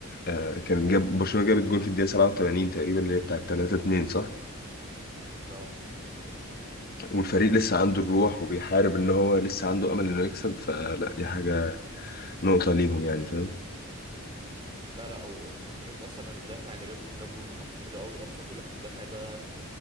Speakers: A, on the left (about 45°); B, on the right (about 20°).
A: آه كان جاب برشلونة جابت جول في الدقيقة 87 تقريبا اللي هي بتاعة 3 2 صح؟
B: آه.
A: والفريق لسه عنده الروح وبيحارب إن هو لسه عنده أمل إنه يكسب فلا دي حاجة نقطة ليهم يعني فاهم؟
B: لا لا هو- انت شفت اصلا المدافع اللي جاب جون جاب جون حط حلو قوي اصلا بيقول لك المدافع ده